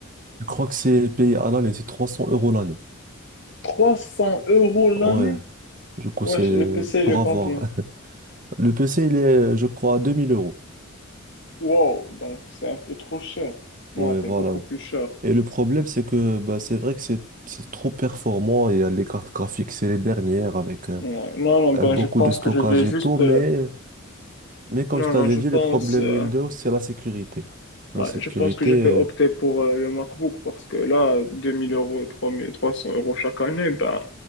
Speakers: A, on the right; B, on the left.
A: Je crois que c'est payé à l'année, c'est 300 euros l'année.
B: trois cents euros l'année?
A: Ouais, du coup
B: Ouais,
A: c'est
B: le PC, il
A: pour
B: est
A: avoir.
B: combien?
A: <laughs> Le PC, il est, je crois, à 2000 euros.
B: Wow, donc c'est un peu trop cher. Non,
A: Ouais,
B: c'est
A: voilà.
B: beaucoup plus cher.
A: Et le problème, c'est que bah, c'est vrai que c'est c'est trop performant. Il y a les cartes graphiques, c'est les dernières avec euh,
B: Ouais. Non, non, ben
A: euh, beaucoup
B: je pense
A: de stockage
B: que je vais juste...
A: et tout.
B: euh,
A: Mais, mais comme
B: Non,
A: je t'avais
B: non, je
A: dit,
B: pense...
A: le problème
B: euh,
A: Windows, c'est la sécurité.
B: ouais,
A: La sécurité,
B: je pense que je vais
A: euh,
B: opter pour euh, le MacBook parce que là, 2000 euros, trois mille trois cents euros chaque année, ben